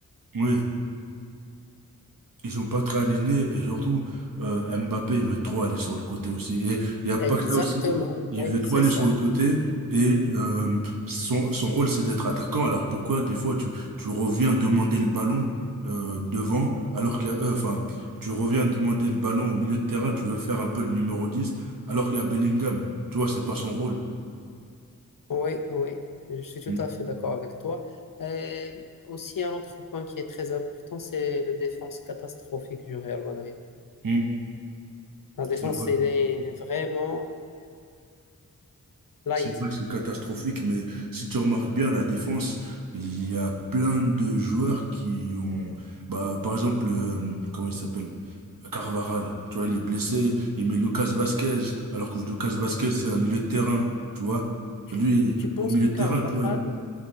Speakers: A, on the right; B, on the left.
A: Oui. Ils sont pas très alignés et surtout euh, Mbappé il veut trop aller sur le côté aussi et il y a pas
B: Exactement,
A: que ça aussi il
B: oui,
A: veut trop
B: c'est
A: aller
B: ça.
A: sur le côté et euh, son, son rôle c'est d'être attaquant alors pourquoi des fois tu, tu reviens demander le ballon euh, devant alors qu'il y a euh, enfin tu reviens demander le ballon au milieu de terrain tu veux faire un peu le numéro 10 alors qu'il y a Bellingham tu vois c'est pas son rôle
B: Oui, oui, je suis tout
A: Mm,
B: à fait d'accord avec toi. Euh, aussi, un autre point qui est très important, c'est le défense catastrophique du Real Madrid.
A: mm,
B: La défense,
A: c'est vrai
B: elle est, elle est vraiment light.
A: C'est vrai que c'est catastrophique, mais si tu remarques bien la défense, il y a plein de joueurs qui ont, bah, par exemple, euh, comment il s'appelle? Carvaral, tu vois, il est blessé, il met Lucas Vasquez, alors que Lucas Vasquez,
B: Mais
A: c'est un milieu de terrain, tu vois.
B: tu,
A: Lui,
B: tu penses
A: au milieu
B: que
A: de
B: Carvajal,
A: terrain, tu vois, il-